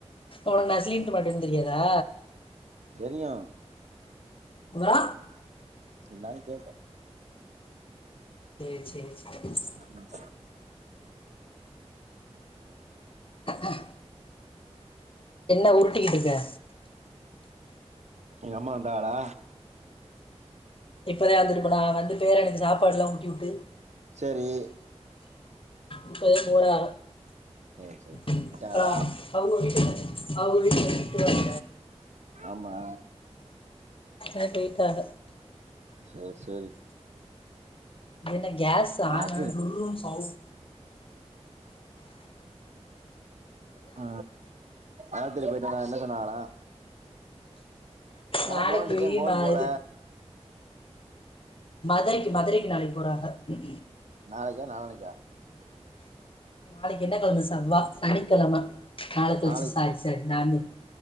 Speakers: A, on the left; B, on the right.
A: உனக்கு நா சிலின்ட்டர் மாட்டுவேனு தெரியாதா
B: தெரியு
A: ஆ
B: இருந்தாலு கேட்டே
A: சேரி சேரி சேரி
B: ம்
A: அ என்ன உருட்டிக்கிட்டுருக்க
B: எங்க அம்மா வந்தாகளா
A: இப்பதா வந்துட்டுப்போனா நா வந்து பேரனுக்கு சாப்பாடுல்லா ஊட்டிவுட்டு
B: சேரி
A: இப்பதைக்கு கூடா
B: சேரி சேரி
A: இப்பறோ
B: விட்டாகளா
A: அவங்க வீட் ஆவுக வீட்ல திட்டுவாங்க
B: ஆமா
A: ஆ போய்டாக
B: சே சேரி
A: என்ன கேஸ் ஆன்
B: ஆஸ்பத்திரி
A: டூருருனு சௌ
B: அ. ஆஸ்பித்திரி போய்டுப்ந்தே ந்த சொன்னாகளா நா
A: நாளைக்கு
B: போன் அடிச்சே ஃபோன்
A: ம
B: போல
A: இது மதரைக்கு மதிரைக்கு க நாளைக்கு போறாக ப்
B: நாளைக்கா நாளானைக்கா
A: நாளைக்கு என்ன கிழம சவ்வா சனிக்கிழம நாள கெலச்சி
B: நாளைக்கு
A: சாரி சாரி நானு